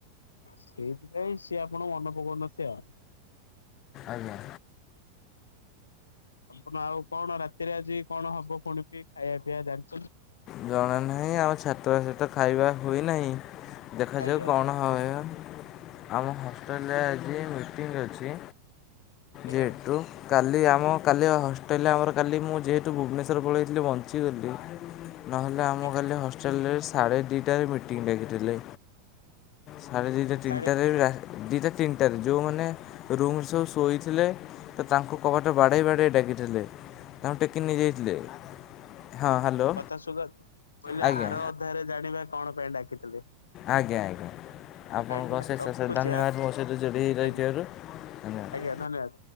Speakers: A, on the left; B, on the left.
A: ସେଇଥିପାଇଁ, ସିଏ ଆପଣକୁ ମନେପକଉ ନ ଥିବ ଆଉ।
B: ଆଜ୍ଞା।
A: ଆପଣ, ଆଉ କଣ ରାତିରେ ଆଜି କଣ ହବ? ପୁଣି କି ଖାଇବା ପିଇବା ଜାଣି
B: ଜଣା ନାହିଁ? ଆମ ଛାତ୍ର ବାସ ତ ଖାଇବା ହୁଏନାହିଁ। ଦେଖାଯାଉ
A: ଆଜ୍ଞା
B: କଣ ହଏଅ। ଆମ ହଷ୍ଟେଲରେ ଆଜି ମିଟିଂ ଅ ଛି,
A: ଆଜ୍ଞା
B: ଯେହଟୁ କାଲି ଆମ ହଁ, କାଲି ହଷ୍ଟେଲ ଆମର କାଲି, ମୁଁ ଯେହେଟୁ ଭୁବନେଶ୍ୱର ପଳେଇଥିଲି ବଞ୍ଚିଗଲି। ନହେଲେ,
A: ଆଜ୍ଞା
B: ଆମ କାଲି ହଷ୍ଟେଲରେ ସାଢ଼େ ଦି ଟାରେ ମିଟିଂ ଡାକିଠିଲେ। ସାଢେ ଦିଟା
A: ମୁଁ
B: ତିନଟାରେ,
A: ଜାଣି
B: ରା ଦିଟା ତିନଟାରେ ଯେଉଁମାନେ ରୁମ୍ ରେ ସବୁ ଶୋଇଥିଲେ, ତ ତାଙ୍କ କବାଟ ବାଡ଼େଇ ବାଡ଼େଇ ଡାକିଥିଲେ। ତାଙ୍କୁ ଟେକି ନେଇ ଯାଇଥିଲେ। ହଁ, ହ୍ୟାଲୋ!
A: ତା ସୁଗତ କହିଲି,
B: ଆଜ୍ଞା
A: ଆର ଅଧ୍ୟାୟରେ ଜାଣିବା କଣ ପାଇଁ ଡାକିଥିଲେ?
B: ଆଜ୍ଞା ଆଜ୍ଞା। ଆପଣଙ୍କୁ,
A: ଆଜ୍ଞା
B: ଅଶେଷ
A: ରଖୁଛି
B: ଅଶେଷ ଧନ୍ୟବାଦ!
A: ଆଁ
B: ମୋ ସହିତ ଯୋଡ଼ି ହେଇ ରହିଥିଆରୁ।
A: ଆଜ୍ଞା
B: ଧନ୍ୟବାଦ!
A: ଆଜ୍ଞା ଧନ୍ୟବାଦ।